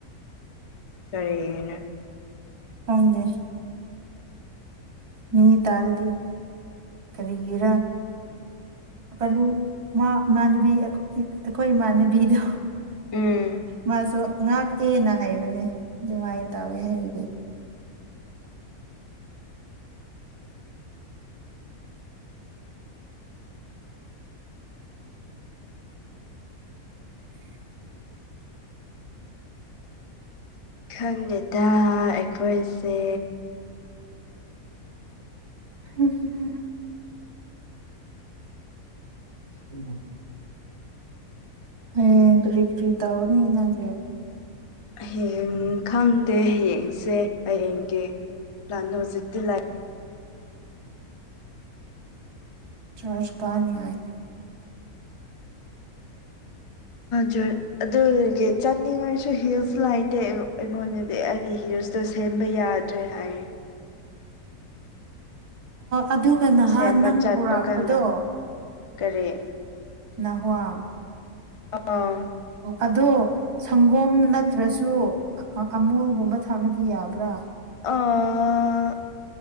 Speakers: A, on the left (about 45°); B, on the right (about 80°).
A: ꯀꯔꯤꯅ
B: ꯐꯪꯗꯦ ꯃꯤ ꯇꯥꯔꯗꯤ ꯀꯔꯤꯒꯤꯔ ꯄꯥꯂꯨ ꯏꯃꯥꯅꯨꯕꯤ ꯑꯩꯈꯣꯏ ꯃꯥꯟꯕꯤꯗ
A: ꯎꯝ
B: ꯃꯥꯁꯨ ꯉꯥꯛꯑꯦꯅ ꯍꯥꯏꯕꯅꯦ ꯃꯥꯏ ꯇꯥꯎꯋꯦ ꯍꯥꯏꯕꯒꯤ <unintelligible>
A: ꯈꯪꯗꯦꯗ ꯑꯩꯈꯣꯏꯁꯦ
B: ꯎꯝꯝ <unintelligible> ꯍ ꯀꯔꯤ ꯀꯔꯤ ꯇꯑꯣꯅꯤꯒꯤ
A: ꯍꯌꯦꯡ ꯈꯪꯗꯦ ꯍꯌꯦꯡꯁꯦ ꯍꯌꯦꯡꯒꯤ ꯄ꯭ꯂꯥꯟ ꯍꯧꯖꯤꯛꯇꯤ ꯂꯥꯏ
B: ꯆꯔꯖ ꯀꯥ ꯅꯌꯥꯏ
A: ꯖꯣꯏ ꯑꯗꯨꯒꯤ ꯆꯠꯅꯤꯡꯉꯥꯏꯁꯨ ꯍꯤꯜꯁ ꯂꯩꯇꯦ ꯑꯩꯉꯣꯟꯗꯗꯤ ꯑꯩꯒꯤ ꯍꯜ ꯇ ꯁꯦꯝꯕ ꯌꯥꯗ꯭ꯔꯦ ꯍꯥꯏ
B: ꯑꯗꯨꯒ ꯅꯍꯥꯟ
A: ꯁꯦꯝꯕ
B: ꯅꯪ
A: ꯆꯠꯄ
B: ꯄꯨꯔꯛꯄꯗꯣ
A: ꯀꯥꯟꯗ ꯀꯔꯤ
B: ꯑ ꯍꯨꯋꯥ
A: ꯑꯥ
B: ꯑꯗꯣ ꯁꯪꯒꯣꯝ ꯅꯠꯇ꯭ꯔꯁꯨ ꯑꯃꯨꯜꯒꯨꯝꯕ ꯊꯥꯅꯗꯤ ꯌꯥꯕ꯭ꯔꯥ
A: ꯑꯥ